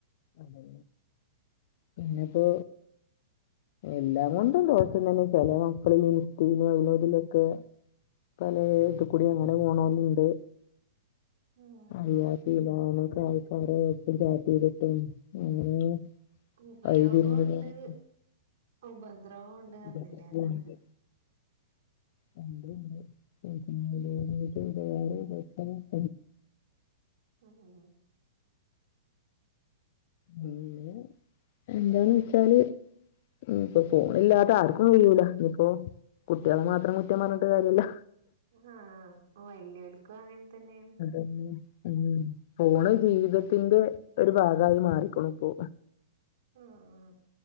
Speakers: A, on the left (about 50°); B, on the right (about 60°).
A: അതെ പിന്നെപ്പോ എല്ലാം കൊണ്ടും ദോഷം തന്നെ ചെല മക്കള ഇൻസ്റ്റയിലും അതിലുതിലൊക്കെ പലേ ഇതുക്കൂടി അങ്ങനെ പോണോലുണ്ട്
B: ഉം
A: അറിയാത്തില്ലക്ക ആൾക്കാരറ്റി ചാറ്റ് യ്തിട്ടും അങ്ങനെ
B: ഉപയോഗോണ്ട്
A: വഴിതിരിഞ്ഞ് പോണൊക്കെ
B: ഉപദ്രവോണ്ട് പറിഞ്ഞില്ലേ
A: ഇതൊക്കെ
B: അതാണ്
A: ഉണ്ട് <unintelligible>
B: അഹ അഹ
A: പിന്നെ എന്താന്ന് വെച്ചാല് ഉം ഇപ്പൊ ഫോണില്ലാതെ ആർക്കും കഴൂല ഇനിയിപ്പോ കുട്ടിയാള മാത്രം കുറ്റം പറഞ്ഞിട്ട് കാര്യല്ല
B: ആഹ് വല്യോൽകും അങ്ങനെ തന്നെയാണ്
A: ഉം, ഉം ഫോണ് ജീവിതത്തിന്റെ ഒരു ഭാഗായിമാറി. അയ്ക്ക്ണിപ്പോ
B: ഉം